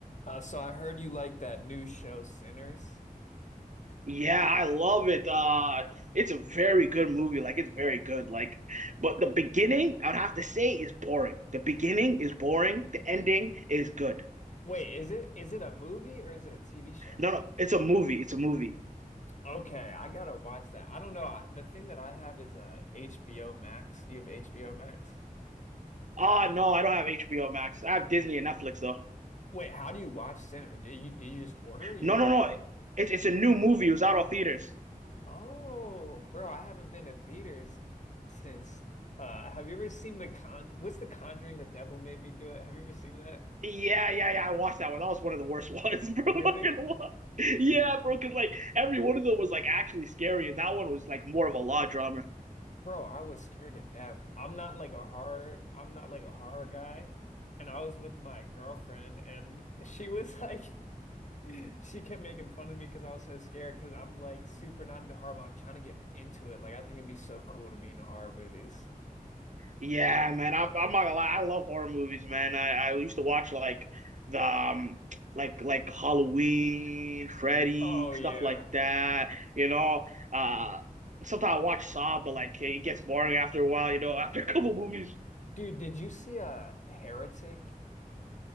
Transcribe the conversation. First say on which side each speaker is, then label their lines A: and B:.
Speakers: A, on the left; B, on the right.
A: Uh, so I heard you like that new show, Sinners.
B: Yeah, I love it. Uh, it's a very good movie. Like it's very good. Like, but the beginning, I'd have to say, is boring. The beginning is boring. The ending is good.
A: Wait, is it is it a movie or is it a TV show?
B: No, no, it's a movie. It's a movie.
A: Okay, I gotta watch that. I don't know. I, the thing that I have is uh, HBO Max. Do you have HBO Max?
B: Ah, no, I don't have HBO Max. I have Disney and Netflix though.
A: Wait, how do you watch Sinners? Do you do you just order it or you
B: No,
A: go
B: no,
A: to the
B: no.
A: theaters?
B: It's it's a new movie. It was out of theaters.
A: Oh, bro, I haven't been to theaters since. Uh, have you ever seen The Conj? What's The Conjuring? The Devil Made Me Do It. Have you ever seen that?
B: Yeah, yeah, yeah. I watched that one. That was one of the worst <laughs> ones, bro.
A: Really?
B: I'm not gonna lie. Yeah, bro, because like every one of them was like actually scary, and that one was like more of a law drama.
A: Bro, I was scared to death. I'm not like a horror, I'm not like a horror guy. And I was with my girlfriend and she was like <laughs> she kept making fun of me because I was so scared because I'm like super not into horror, but I'm trying to get into it. Like I think it'd be so cool to be in the horror movies.
B: Yeah, man. I'm, I'm not gonna lie. I love horror movies, man. I, I used to watch like the um, like like Halloween, Freddy,
A: Oh
B: stuff
A: yeah.
B: like that. You know, uh, sometimes I watch Saw, but like it gets boring after a while. You know, <laughs> after a couple movies.
A: Dude, did you see uh Heretic?